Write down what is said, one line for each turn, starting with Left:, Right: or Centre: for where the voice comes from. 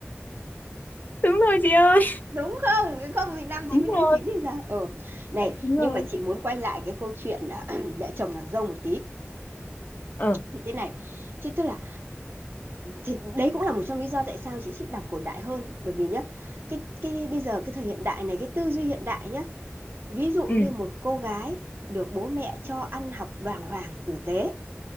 Left: Đúng rồi chị ơi.
Right: đúng không Nếu không thì nam
Left: Đúng
Right: chính với
Left: rồi,
Right: nữ chính thì sao ờ này
Left: đúng
Right: nhưng
Left: rồi.
Right: mà chị muốn quay lại cái câu chuyện là <clears throat> mẹ chồng nàng dâu một tí
Left: Ờ.
Right: thì thế này chứ tức là thì đấy cũng là một trong lý do tại sao chị thích đọc cổ đại hơn bởi vì nhá cái cái bây giờ cái thời hiện đại này cái tư duy hiện đại nhá ví dụ như
Left: Ừ.
Right: một cô gái được bố mẹ cho ăn học đàng hoàng tử tế